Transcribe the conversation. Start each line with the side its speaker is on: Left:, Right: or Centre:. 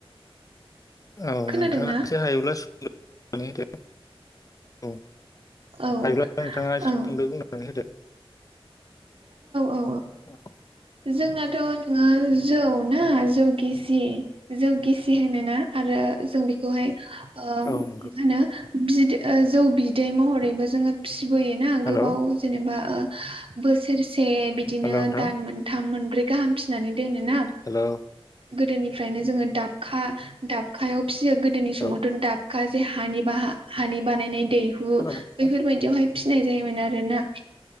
Left: औ
Right: खोनादोंना
Left: नोंथाङा एसे हायोब्लानानै होदो। औ
Right: औ
Left: थायोब्ला नोंथाङा एसे
Right: औ
Left: सुंदो बुंनानै होदो।
Right: औ
Left: औ
Right: जोंनाथ' नोङो जौ ना जौ गिसि जौ गिसि होनोना आरो जों बेखौहाय ओ‌
Left: औ नंगौ
Right: मा होनो बिदै जौ बिदै महरैबो जोङो फि सिबोयोना
Left: हेलौ
Right: गोबाव जेनेबा बोसोरसे बिदिनो
Left: हेलौ नोंथां
Right: दान मोनसे। मोनब्रै गाहाम फिनानै दोनो ना।
Left: हेलौ
Right: गोदोनिफ्रायनो जोङो दाबखा दाबखायाव फिसियो गोदोनि
Left: हेलौ
Right: समावथ' दाब गाजै हानि बाहा हानि बानायनाय दैहु
Left: खोनादोंना
Right: बैफोरबायायदियावहाय फिसिनाय जायोमोन आरोना